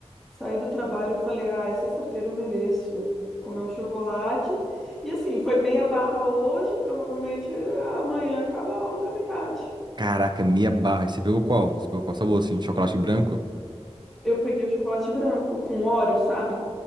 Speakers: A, in the centre; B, on the right.
A: Saí do trabalho, eu falei, ah, é sexta-feira eu mereço comer um chocolate. E assim, foi meia barra hoje, provavelmente eh, amanhã acaba a outra metade.
B: Caraca, meia barra. E você pegou qual? Você pegou qual sabor, assim? Chocolate branco?
A: Eu peguei o chocolate branco com Oreo, sabe?